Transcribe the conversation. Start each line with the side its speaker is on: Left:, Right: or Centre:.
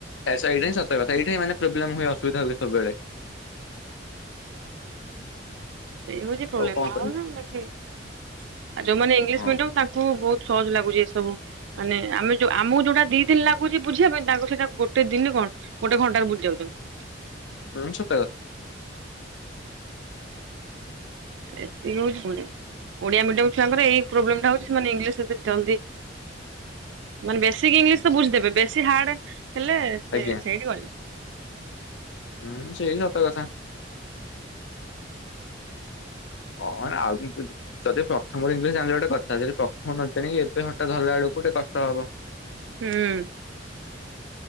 Left: ଆଛା ଏଇଟା ହିଁ ସତ କଥା ଏଇଟାମାନେ ପ୍ରୋବ୍ଲେମ୍ ହୁଏ ଅସୁବିଧା ହଏ ସବୁବେଳେ।
Right: ସେଇ ହଉଛି ପ୍ରୋବ୍ଲେ
Left: ଆଉ କଣ
Right: ନହଉନଖ
Left: କରିବି
Right: ଆଉ ଯୋଉମାନେ ଇଂଲିଶ
Left: ହଁ
Right: ମିଡିମ ତାଙ୍କୁ ବହୁତ ସହଜ ଲାଗୁଛି ଏ ସବୁ ମାନେ ଆମେ ଯୋଉ ଆମକୁ ଯୋଉଟା ଦି ଦିନ ଲାଗୁଛି ବୁଝିବା ପାଇଁ ତାଙ୍କୁ ସେଇଟା ଗୋଟେ ଦିନ କଣ ଗୋଟେ ଘଣ୍ଟାରେ ବୁଝି ଯାଉଛନ୍ତି।
Left: ଉୁଁ ସତ କ
Right: ଏତିକି ହଉଛି ଓଡିଆ ମିଡିମ ଛୁଆଙ୍କର ଏଇ ପ୍ରୋବ୍ଲୋ ହଉଛିାନେ ଇଂଲିଶ ଏ ଜଲଦି ମାନେ ବେଶିକ ଇଂଲିଶ ତ ବୁଝିଦେବେ ବେଶୀ ହାର୍ଡ। ହେଲେ ସେ
Left: ଆଜ୍ଞା
Right: ସେଇଠି ଗଳିବେ
Left: ହୁଁ ସେଇ ସତ କଥା। ହଁ ଆଉ ଯଦି ପ୍ରଥମରୁ ଇଂଲିଶ ଜଣିଲ ଗୋଟେ କଥା ଯଦି ପ୍ରଥମ ନ ଜାଣିକି ଏବେ ହଠାତ୍ ଧରିଲା ବେଳକୁ ଟିକେ କଷ୍ଟ ହବ।
Right: ହୁଁ।